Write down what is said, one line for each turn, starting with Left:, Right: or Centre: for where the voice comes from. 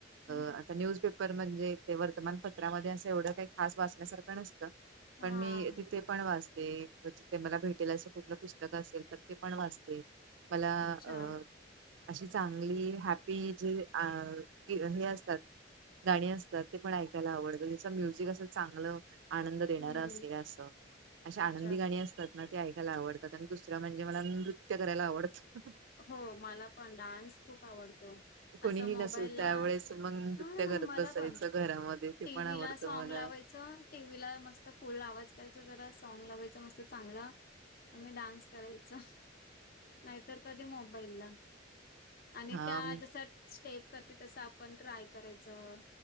Left: हम्म.
Right: आता न्यूजपेप म्हणजे ते वर्तमानपत्रामध्ये असं एवढं काही खास वाचण्यासारखं नसतं.
Left: हा
Right: पण मी तिथे पण वाचते. ते मला भेटेल असं कुठलं पुस्तकं असेल तर ते पण वाचते. मला
Left: अच्छा
Right: अ अशी चांगली हॅप्पी जे हे असतात गाणी असतात ते पण ऐकायला आवडतं ज्याचं म्युझिक अस चांगलं आनंद
Left: हम्म
Right: देणार असेल असं अशी
Left: अच्छा
Right: आनंदी गाणी अस तात ना ते ऐकायला आवडतात आणि दुसरं म्हणजे मला नृत्य करायला आवडतं.
Left: हो मला पण डान्स खूप आवडतो.
Right: कोणीही
Left: अस मोबाईल
Right: नसेल
Left: ला
Right: त्यावेळेस मग नृत्य
Left: ह
Right: करत
Left: मला
Right: बसायचं
Left: पण
Right: घरामध्ये ते
Left: टीवी
Right: पण आवडतं
Left: ला सॉग
Right: मला.
Left: लावायचं टीव्ही ला मस्त फुल आवाज करायच जरा सॉग लावायचं मस्त चांगलं आणि डान्स करायच नाहीतर कधी मोबाईलला आणि
Right: हा
Left: त्या जशा स्टेप करते तसं आपण ट्राय करायचं